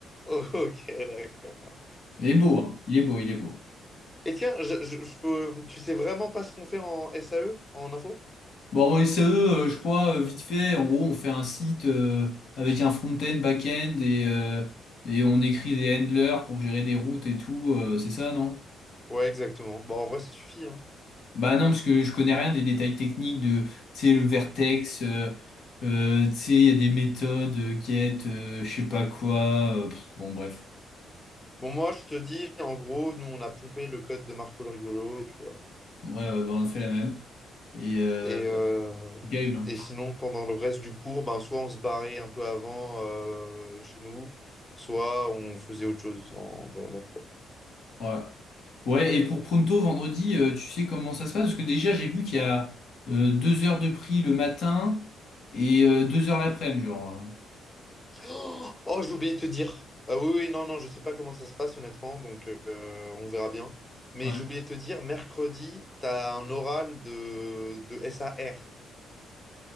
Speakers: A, on the left (about 15°); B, on the left (about 65°).
A: Oh, <laughs> ok, d'accord.
B: il est beau, hein. Il est beau, il est beau.
A: Et tiens, je, je- je peux... tu sais vraiment pas ce qu'on fait en SAE, en info?
B: Bon, en SAE, euh, je crois, euh, vite fait, en gros, on fait un site euh, avec un front-end, back-end et, euh, et on écrit des handlers pour gérer des routes et tout, euh, c'est ça, non?
A: Ouais, exactement. Bah, en vrai, ça suffit, hein.
B: Bah non, parce que je connais rien des détails techniques de, tu sais, le vertex, euh, euh, tu sais, il y a des méthodes, euh, get, euh, je sais pas quoi, euh, pff, bon bref.
A: Bon, moi, je te dis, en gros, nous, on a pompé le code de Marco le Rigolo. Et puis, voilà.
B: Ouais, ouais, bah, on a fait la même. Et euh,
A: Et, euh,
B: Gaël, hein.
A: et sinon, pendant le reste du cours, ben, soit on se barrait un peu avant euh, chez nous, soit on faisait autre chose en- dans, dans le cours.
B: Ouais. Ouais, et pour Pronto, vendredi, euh, tu sais comment ça se passe? Parce que déjà, j'ai vu qu'il y a euh, deux heures de prix le matin et euh, deux heures l'après-midi, genre. hein.
A: <gasps> Oh, oh, j'ai oublié de te dire. Ah oui, oui, non, non, je sais pas comment ça se passe honnêtement, donc euh, on verra bien. Mais
B: Ouais.
A: j'ai oublié de te dire, mercredi, tu as un oral de, de SAR.